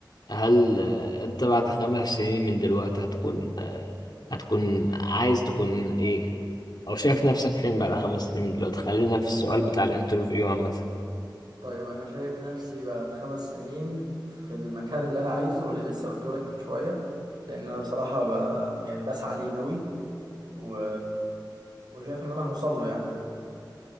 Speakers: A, on the left; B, on the right.
A: هل آه، انت بعد خمس سنين من دلوقتي هتكون آه، هتكون عايز تكون ايه او شايف نفسك فين بعد خمس سنين من دلوقتي خلينا في السؤال بتاع الانترفيو عامة
B: طيب انا شايف نفسي بعد خمس سنين في المكان اللي انا عايزه واللي لسه قلته لك من شويه لان انا بصراحه ب... يعني بسعى ليه قوي و... وشايف ان انا هوصل له يعني